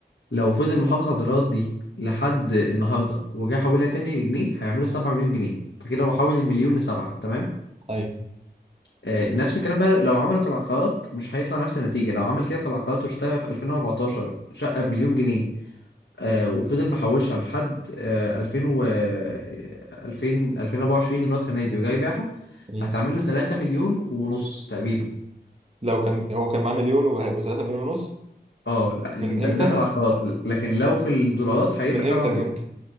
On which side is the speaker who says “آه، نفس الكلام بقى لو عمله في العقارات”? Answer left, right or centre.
Left